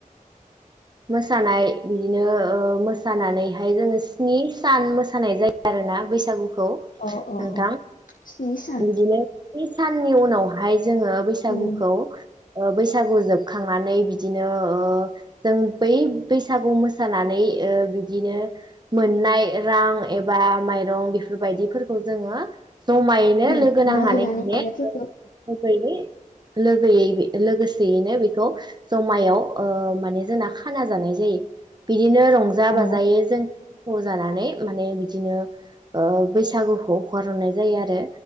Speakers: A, on the right; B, on the left.
A: मोसानाय बिदिनो ओ मोसानानैहाय जोङो स्नि सान मोसानाय जायो आरोना बैसागुखौ औ
B: अ अ
A: नोंथां
B: अ स्नि सान
A: बिदिनो बै साननि उनावहाय जोङो बैसागुखौ
B: उम
A: ओ बैसागु जोबखांनानै बिदिनो ओ जों बै बैसागु मोसानानै ओ बिदिनो मोननाय रां एबा माइरं बेफोरबायदिखौ जोङो जमायैनो
B: उम
A: लोगो नांनानै
B: मागिनानै
A: माने
B: मोननायफोरखौ
A: बेबायदि लोगोयै बे लोगोसेयैनो बेखौ जमायाव ओ माने जोंना खाना जानाय जायो बि बिदिनो रंजा
B: अ
A: बाजायै जों फ जानानै माने बिदिनो ओ बैसागुखौ हगारहरननाय जायो आरो